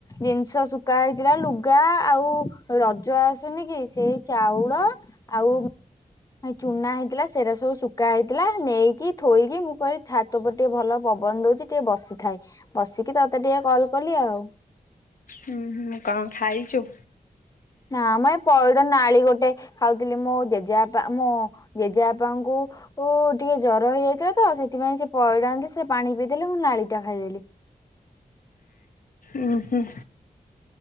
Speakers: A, on the left (about 25°); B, on the left (about 80°).
A: ଜିନିଷ ଶୁଖା ହେଇଥିଲା ଲୁଗା, ଆଉ ରଜ ଆସୁନି କି, ସେଇ ଚାଉଳ, ଆଉ ଚୁନା ହେଇଥିଲା, ସେରା ସବୁ ଶୁଖା ହେଇଥିଲା, ନେଇକି ଥୋଇକି, ମୁଁ କହିଲି ଛା ତ, ଉପରେ ଟିକେ ଭଲ ପବନ ଦଉଛି, ଟିକେ ବସିଥାଏ, ବସିକି ତତେ ଟିକେ କଲ କଲି ଆଉ।
B: ହୁଁ ହୁଁ, କଣ ଖାଇଚୁ?
A: ନାଁ ମ, ଏ ପଇଡ ନାଳି ଗୋଟେ ଖାଉଥିଲି, ମୋ ଜେଜେବାପା ମୋ ଜେଜେବାପାଙ୍କୁ ଓ, ଟିକେ ଜର ହେଇଯାଇଥିଲା ତ, ସେଥିପାଇଁ ସେ ପଇଡ ଆଣିଥିଲେ, ସେ ପାଣିକି ପିଇଦେଲେ, ମୁଁ ନାଳି ଟା ଖାଇଦେଲି।
B: ଉଁ ହୁଁ।